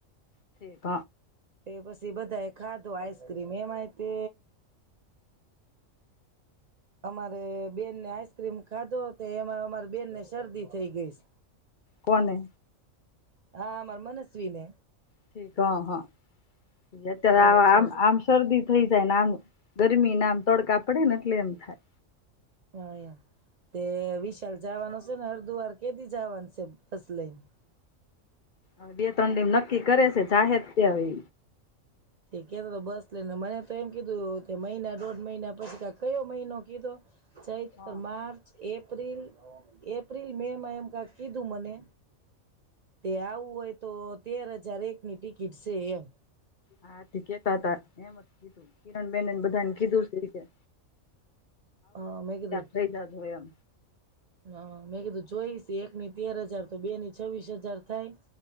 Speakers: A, on the left; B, on the right.
A: ઠીક.
B: એ પછી બધા એ ખાધો આઈસ્ક્રીમ એમાંય તે અમારે બેનને આઈસ્ક્રીમ ખાધો તે એમાં અમારી બેન ને શરદી થઈ ગઈશ.
A: કોને
B: <inaudible> હા મરમનશવીને.
A: ઠીક હા હા. ત્યારે
B: એવું છે
A: આમ આમસરદી થઈ જાયને આમ ગરમી નામ તડકા પડેને એટલે એમ થાય.
B: હા તે વિશાલ જવાનો છે ને અર્ધુવાર કેદી જવાનું છે બસ લઈને-
A: હ બે ત્રણ દિમ નક્કી કરે છે ચાહે જ ત્યા એ.
B: તે કેતો તો બસ લેને મને તો એમ કીધું મહિના દોઢ મહિના પછી કયો મહિનો કીધો ચૈત્ર
A: હા
B: માર્ચ એપ્રિલ એપ્રિલ મે માં એમ કક કીધું મને તે આવું હોય તો તેર હજાર એકની ટિકિટ છે એમ
A: હા િકતા હતા એમ જ કીધું કિરણ બ બેનન બધાનકી દૂસરી જ
B: હા મેં કીધું
A: થઈ જજો એમ
B: હા મેં કીધું જોઈશ એકની તેર હજાર તો બે ની છવ્વીસ હજાર થાય